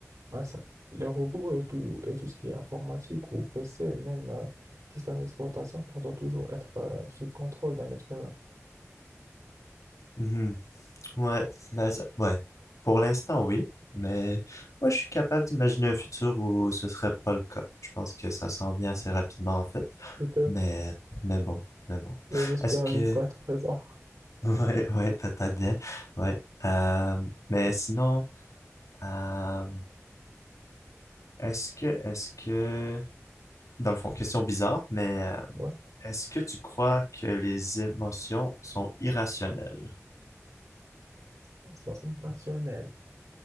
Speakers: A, on the right (about 85°); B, on the left (about 85°).
A: un cer- les robots et tout, et tout ce qui est informatique ou PC, même euh, système d'exploitation, ça doit toujours être euh, sous le contrôle d'un être humain.
B: mhm. Ouais, ben ça- ouais. Pour l'instant, oui, mais moi, je suis capable d'imaginer un futur où ce serait pas le cas. Je pense que ça s'en vient assez rapidement, en fait.
A: Peut-être
B: Mais, mais bon, mais bon.
A: mais j'espère
B: Est-ce que,
A: ne pas être présent.
B: <laughs> ouais, ouais, peut-être bien, ouais. Euh, mais sinon, euh, est-ce que, est-ce que, dans le fond, question bizarre, mais euh,
A: Ouais,
B: est-ce que tu crois que les émotions sont irrationnelles?
A: on sent irrationnel.